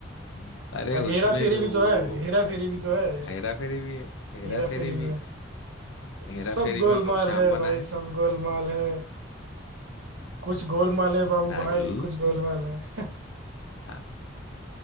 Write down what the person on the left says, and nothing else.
<laughs> अरे
उसमें
जो
वो
हेरा फेरी भी है हेरा
फेरी
भी
है हेरा
फेरी
में वो श्याम
बना
है
हम्म।
राजू
हाँ